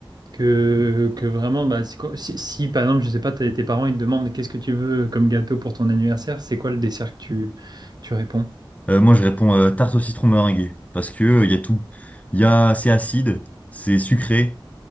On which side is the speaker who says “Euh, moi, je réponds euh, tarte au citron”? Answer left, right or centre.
Left